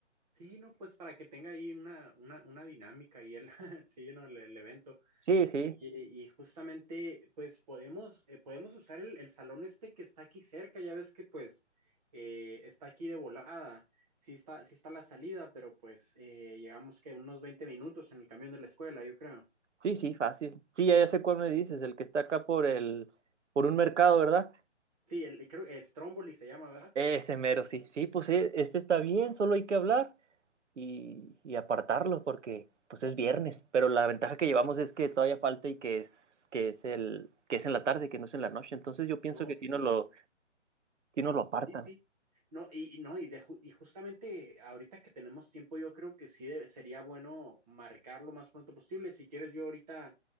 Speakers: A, on the right; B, on the right.
A: Sí, no, pues para que tenga ahí una, una, una dinámica y el, <laughs> sí, no, el, el evento.
B: Sí, sí,
A: Oye, Y justamente, pues podemos, eh, podemos usar el, el salón este que está aquí cerca, ya ves que pues eh, está aquí de volada, sí está, sí está la salida, pero pues eh, llegamos que unos 20 minutos en el camión de la escuela, yo creo.
B: sí, sí, fácil. Sí, ya, ya sé cuál me dices, el que está acá por el, por un mercado, ¿verdad?
A: Sí, el, creo que es Stromboli se llama, ¿verdad?
B: Ese mero, sí, sí, pues eh, este está bien, solo hay que hablar y, y apartarlo porque pues es viernes, pero la ventaja que llevamos es que todavía falta y que es que es el que es en la tarde, que no es en la noche, entonces yo pienso
A: No,
B: que sí nos lo sí nos lo apartan.
A: sí, sí. No, y y no, y, de ju- y justamente ahorita que tenemos tiempo, yo creo que sí de- sería bueno marcar lo más pronto posible. Si quieres, yo ahorita